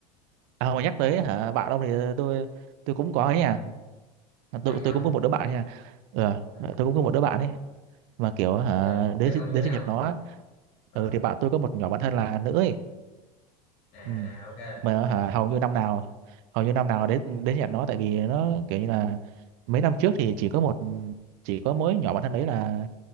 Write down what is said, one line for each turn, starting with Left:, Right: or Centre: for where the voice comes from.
Right: à mà nhắc tới hả bạn ông thì tôi tôi cũng có ấy
Left: ừ.
Right: nha
Left: có
Right: tôi
Left: gì
Right: tôi
Left: không
Right: cũng có một đứa bạn nha ờ
Left: ừ.
Right: tôi cũng có một đứa bạn ấy mà kiểu hả
Left: rồi
Right: đến
Left: bạn ông
Right: đến
Left: như thế nào
Right: sinh nhật nó á,
Left: Ờ.
Right: ừ, thì bạn tôi có một nhỏ bạn thân là nữ ấy
Left: à
Right: ừ.
Left: à ok
Right: mà hả, hầu như năm nào hầu như năm nào đến đến nhạc nó tại vì nó kiểu như là mấy năm trước thì chỉ có một chỉ có mỗi nhỏ bạn thân đấy là